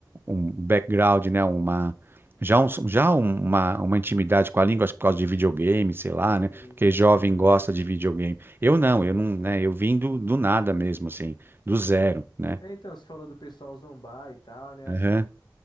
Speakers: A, on the right (about 30°); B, on the left (about 85°).
A: um background, né, uma já, um, já um, uma, uma intimidade com a língua, acho que por causa de videogame, sei lá,
B: Sim,
A: né? Porque jovem
B: sim.
A: gosta de videogame. Eu não, eu não, né? Eu vim do, do nada mesmo, assim, do zero, né?
B: É, então, você falou do pessoal zombar e tal, né? Assim,
A: Aham,